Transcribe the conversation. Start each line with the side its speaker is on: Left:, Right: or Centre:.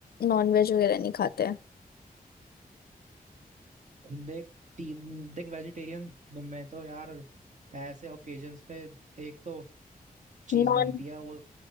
Left: नॉन वेज वगैरह नहीं खाते हैं
Right: देख ती- देख वेजिटेरियन मैं तो यार ऐसे ओकेजन्स पे एक तो चीज
Left: नॉन
Right: बनती है वो